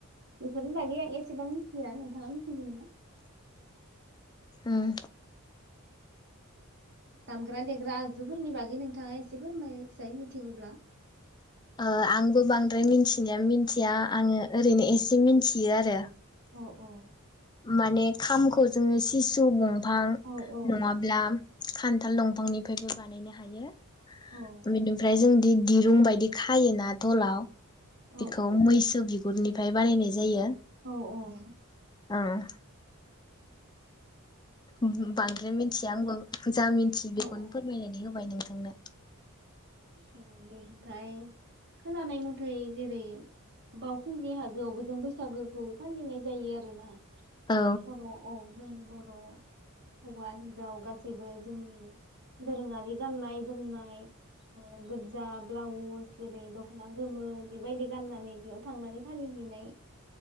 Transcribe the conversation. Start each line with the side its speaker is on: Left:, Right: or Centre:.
Right: औ बेनि बागै आं एसेबां मिथिया नोंथाङा मिथिगौ नामा?
Left: उम
Right: दामग्रा देग्रा आगजुफोरनि बागै नोंथाङा एसे फोरमायसाय मिथिगौब्ला
Left: ओ आंबो बांद्राय मिथिनाया मिथिया। आङो ओरैनो
Right: औ
Left: एसे मिथियो आरो
Right: औ औ
Left: माने खामखौ जोङो सिसु बं फां
Right: औ औ
Left: नङाब्ला खान्थाल दंफांनिफायबो बानायनो हायो
Right: औ
Left: बेनिफ्राय जोंदि दिरुं बायदि खायोना दलाव
Right: औ
Left: बेखौ मैसो बि गुरनिफ्राय बानायनाय जायो।
Right: औ औ
Left: ओं ब-बांद्राय मिथिया आंबो। जा मिन्थि बेखौनो
Right: औ औ
Left: फोरमायनानै होबाय नों थांनो।
Right: अ बे ओमफाय खोनानाय मथै जेरै बावखुंग्रि हाजोआवबो जों बैसागोखौ फालिनाय जायो आरोना।
Left: औ
Right: बर' औ जोंनि बर' हौवा हिन्जाव गासैबो जोंनि दोरोङारि गाननाय जोमनाय ओ गोदजा ब्लाउस जेरै दख'ना गोमो बेबायदि गाननानै बेयाव थांनानै फालिहैनाय